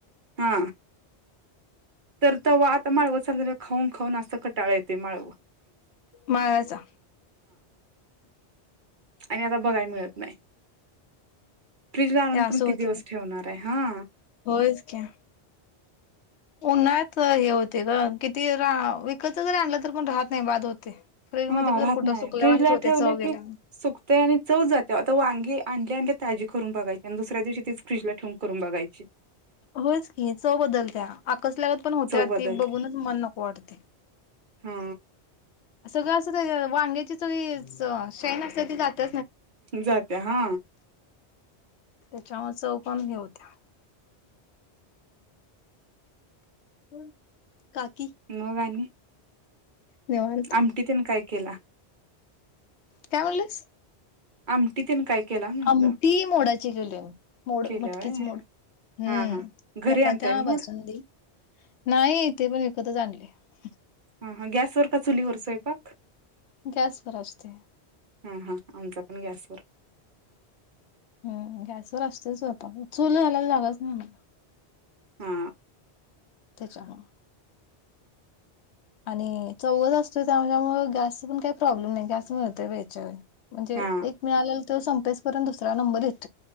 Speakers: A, on the right (about 50°); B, on the left (about 75°).
A: हा तर तव आता माळव चाल खाऊन खाऊन असता कटाळा येते माळव
B: माळा्याचा
A: आणि आता बघायला मिळत नाही. फ्रिज ला आणूण
B: हे असं
A: पण किती
B: होतं
A: दिवस ठेवणार. ताय हा
B: होयच की, उन्हात हे होते ग किती रा विकत जरी आणलं तररी पण राहत नाही बाद होते. फ्रीज
A: हा
B: मध्ये तर
A: राहत
B: कुठं
A: नाही
B: सुकल्यावानीच
A: फ्रीज ला
B: होते
A: ठेवले
B: चव गेल्यावानी
A: की, सुकते आणि चव जाते. त व अंगी आण अे ताजी करून बघाची आणि दुसऱ्या दिवशी ती फ्रीज ला ठेवंक करून बघायची.
B: होच की चव बदलत्या आकसल्यागत पण होत्या
A: चव बदलते
B: ती बघूनच मन नको वाटते.
A: हा
B: सगळं असं वांग्याची सगळी शेण असते ते जात.
A: जात्या हा
B: त्याच्यामुळे चौ उपम हे होत्या. हम् काकी
A: मग आणि
B: निवांत
A: आमटी तने काय केला.
B: काय म्हणलीस,
A: आमटी तेन काय केला म्हंटलं
B: आमटी मोडाची केली, मोड
A: केल्या
B: मटकीच
A: व्हय
B: मोड, हम्म
A: हा हा घरी
B: चपात्या
A: आणताय मूड
B: बासुंदी, नाही इथे पण इकतच आणले. ह
A: हा हा गॅसवर का चुलीवर स्वयंपाक
B: गॅसवर असते.
A: हा हा आमचा पण गॅसवर
B: हम् गॅसवरर असते सयपाक चूलं घालायला जागच नाही मला
A: हा
B: तेच्यामुळ आणि चौघ असतोय त्यांच्यामुळ गॅस पण काही प्रॉब्लेम नाही गॅस मिळतय वेळच्या वेळी म्हणजे
A: हा
B: एक मिळाले तो संपेसपर्ंत दुसरा नंबर येतो